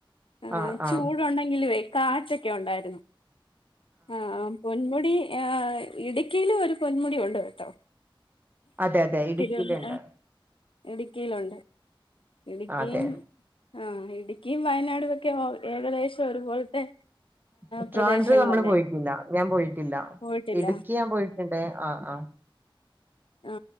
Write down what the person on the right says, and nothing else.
ആഹ്
ആഹ്
അതെ അതെ ഇടുക്കിയിലുണ്ട്
അതെ
ഉട്രാഡ
നമ്മള് പോയിട്ടില്ല ഞാൻ പോയിട്ടില്ല
ഇടുക്കി ഞാൻ പോയിട്ടുണ്ട് ആ ആ